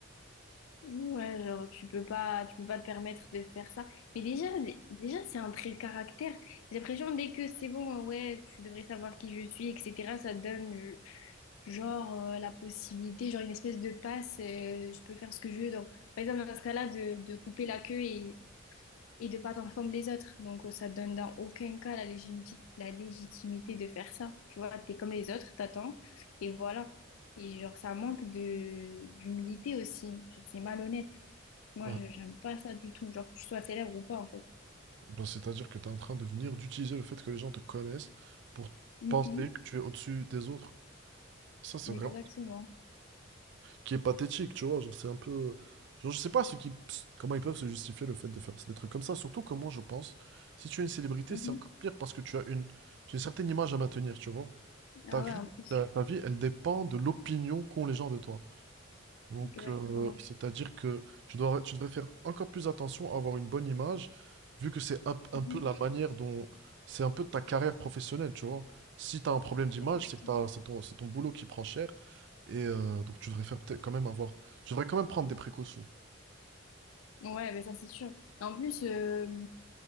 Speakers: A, on the left (about 80°); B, on the right (about 60°).
A: Ouais, genre tu peux pas, tu peux pas te permettre de faire ça. Mais déjà, déjà c'est un trait de caractère. J'ai l'impression dès que c'est bon, euh, ouais, tu devrais savoir qui je suis, etc. Ça donne euh, genre euh, la possibilité, genre une espèce de passe. euh, je peux faire ce que je veux. Donc, par exemple dans ce cas-là, de, de couper la queue et, et de pas attendre comme les autres. Donc euh, ça donne dans aucun cas la légitimité, la légitimité de faire ça. Tu vois, t'es comme les autres, t'attends et voilà. Et genre ça manque de d'humilité aussi. Genre, C'est malhonnête. Moi,
B: ouais.
A: je- j'aime pas ça du tout. Genre, que tu sois célèbre ou pas, en fait.
B: Bah, c'est-à-dire que tu es en train de venir d'utiliser le fait que les gens te connaissent pour
A: Mhm.
B: penser que tu es au-dessus des autres. Ça, c'est
A: Exactement.
B: vraiment qui est pathétique, tu vois. Genre, c'est un peu. Genre, je sais pas ce qui... comment ils peuvent se justifier le fait de faire des trucs comme ça. Surtout comment je pense. Si tu es une célébrité,
A: Mhm.
B: c'est encore pire parce que tu as une, tu as une certaine image à maintenir, tu vois.
A: Ah
B: Ta vie,
A: ouais, en plus.
B: la- ta vie, elle dépend de l'opinion qu'ont les gens de toi. Donc,
A: Exactement.
B: euh, c'est-à-dire que tu dois, tu devrais faire encore plus attention à avoir une bonne image, vu que c'est un, un
A: Mhm.
B: peu la manière dont... C'est un peu ta carrière professionnelle, tu vois. Si tu as un problème d'image,
A: Exactement.
B: c'est que t'as- c'est ton, c'est ton boulot qui prend cher. Et euh, donc, tu devrais faire peut-être quand même avoir... Tu devrais quand même prendre des précautions.
A: Ouais, mais ça, c'est sûr. En plus, euh,